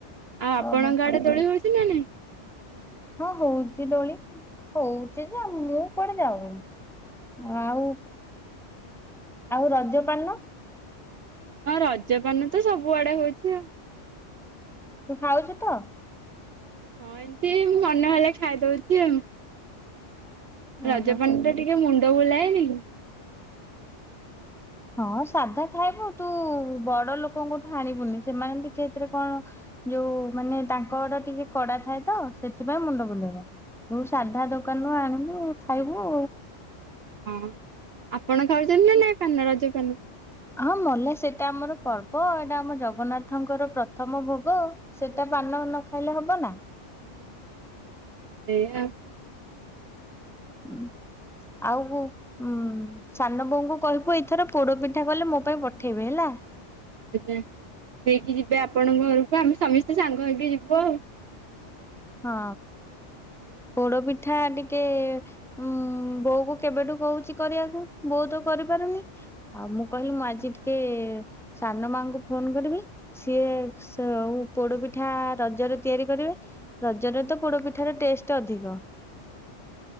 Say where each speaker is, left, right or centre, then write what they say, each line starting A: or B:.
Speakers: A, on the right; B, in the centre.
A: ଆଉ ଆପଣଙ୍କ
B: ଓହୋ
A: ଆଡେ ଦୋଳି ହଉଛି ନା ନାଇଁ।
B: ହଁ ହଉଛି ଦୋଳି ହଉଛି ଯେ ମୁଁ କୁଆଡେ ଯାଉନି ଆଉ ଆଉ ରଜ ପାନ।
A: ହଁ ରଜପାନ ତ ସବୁଆଡେ ହଉଛି ଆଉ।
B: ତୁ ଖାଉଛୁ ତ।
A: ହଁ ଏମତି ମନ ହେଲେ ଖାଇଦଉଛି ଆଉ।
B: ଓହୋ।
A: ରଜପାନ ଟା ଟିକେ ମୁଣ୍ଡ ବୁଲାଏନି।
B: ହଁ ସାଧା ଖାଇବୁ ତୁ ବଡ ଲୋକଙ୍କଠୁ ଆଣିବୁନି ସେମାନେ ଟିକେ ଏଥିରେ କଣ ଯୋଉ ମାନେ ତାଙ୍କ ଆଡ ଟିକେ କଡା ଥାଏ ତ ସେଥିପାଇଁ ମୁଣ୍ଡ ବୁଲେଇବ। ତୁ ସାଧା ଦୋକାନରୁୁ ଆଣିବୁ। ଖାଇବୁ।
A: ହଁ ଆପଣ ଖାଉଛନ୍ତି ନା ନାଇ ପାନ ରଜ ପାନ।
B: ହଁ ମଲା ସେଟା ଆମର ପର୍ବ ଏଇଟା ଆମ ଜଗନ୍ନାଥଙ୍କର ପ୍ରଥମ ଭୋଗ ସେଟା ପାନ ନ ଖାଇଲେ ହବ ନା।
A: ସେୟା।
B: ହ ଆଉ ଉମ ସାନ ବୋଉଙ୍କୁ କହିବୁ ଏଇଥର ପୋଡ ପିଠା କଲେ ମୋ ପାଇଁ ପଠେଇବେ ହେଲା।
A: ଆଜ୍ଞା ନେଇକି ଯିବେ ଆପଣଙ୍କ ଆମେ ସମସ୍ତେ ସାଙ୍ଗ ହେଇକି ଯିବୁ ଆଉ।
B: ହଁ ପୋଡପିଠା ଟିକେ-ଏ-ଏ ଉ ବୋଉ କୁ କେବେଠୁ କହୁଛି କରିବାକୁ ବୋଉ ତ କରିପାରୁନି ଆଉ ମୁଁ କହିଲି ମୁଁ ଆଜି ଟିକେ-ଏ-ଏ ସାନ ମାଙ୍କୁ ଫୋନ କରିବି ସିଏ ସେ ପୋଡପିଠା ରଜରେ ତିଆରି କରିବେ। ରଜରେ ତ ପୋଡ଼ ପିଠା ର ଟେଷ୍ଟ ଅଧିକ।